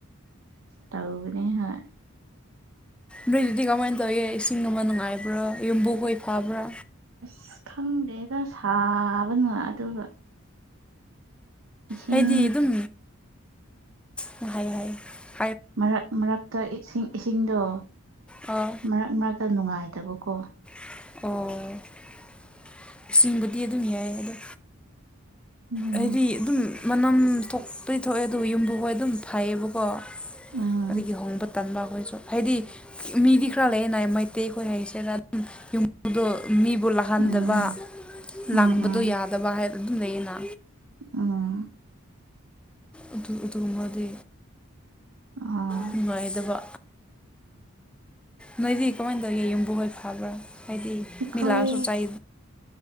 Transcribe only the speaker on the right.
ꯇꯧꯕꯅꯦ ꯍꯣꯏ
ꯑꯁ ꯈꯪꯗꯦꯗ ꯁꯥꯕꯅ ꯑꯗꯨꯒ ꯏꯁꯤꯡ
ꯃꯔꯛ ꯃꯔꯛꯇ ꯏꯁꯤꯡ ꯏꯁꯤꯡꯗꯣ
ꯃꯔꯛ ꯃꯔꯛꯇ ꯅꯨꯡꯉꯥꯏꯇꯕꯀꯣ
ꯎꯝ
ꯎꯝ
ꯎꯝ ꯎꯝ
ꯎꯝ
ꯎꯝ
ꯑꯣ
ꯑꯩꯈꯣꯏ